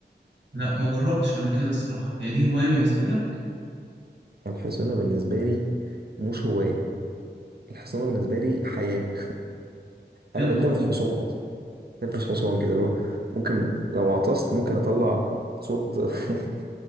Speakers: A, on the right; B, on the right.
A: لا ما جربتش قبل كده الصراحه هي دي هوايه بالنسبه لك
B: الحصانه بالنسبه لي مش هوايه الحصانه بالنسبه لي حياه
A: بجد
B: انا بتنفس
A: والله
B: حصان أصلاً. بتنفس حصان كده اللي هو ممكن لو عطست ممكن اطلع صوت <laughs>